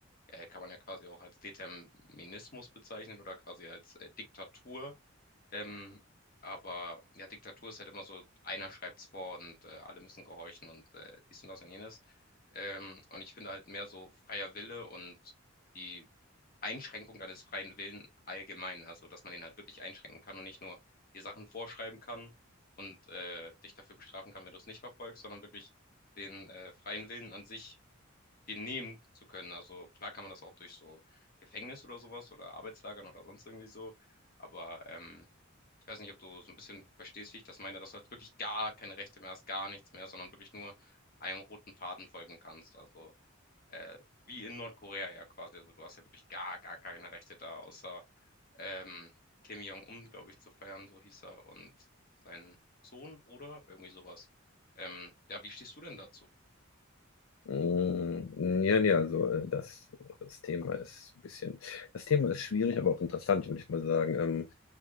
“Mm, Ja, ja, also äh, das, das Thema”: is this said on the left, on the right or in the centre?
Left